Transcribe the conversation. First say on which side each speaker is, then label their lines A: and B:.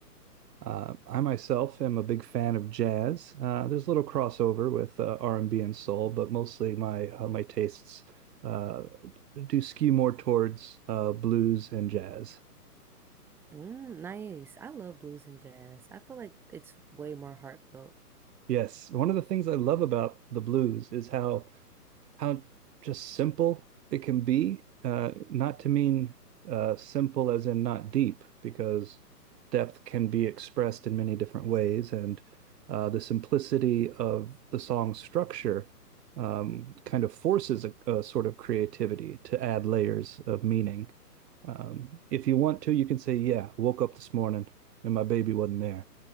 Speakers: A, on the right; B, in the centre.
A: Uh, I myself am a big fan of jazz. Uh, there's a little crossover with uh, R&B and B and soul, but mostly my uh, my tastes uh, do skew more towards uh, blues and jazz.
B: Mm, nice. I love blues and jazz. I feel like it's way more heartfelt,
A: Yes, one of the things I love about the blues is how how just simple it can be. Uh, not to mean uh, simple as in not deep, because depth can be expressed in many different ways, and uh, the simplicity of the song structure um, kind of forces a, a sort of creativity to add layers of meaning. Um, if you want to, you can say, "Yeah, woke up this morning and my baby wasn't there,"